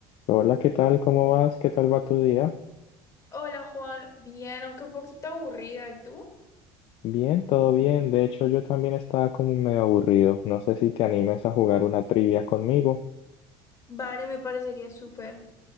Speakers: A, on the left; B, on the left.
A: Hola, ¿qué tal? ¿Cómo vas? ¿Qué tal va tu día?
B: Hola Juan, bien, aunque un poquito aburrida, ¿y tú?
A: Bien, todo bien. De hecho, yo también estaba como medio aburrido. No sé si te animes a jugar una trivia conmigo.
B: Vale, me parecería súper.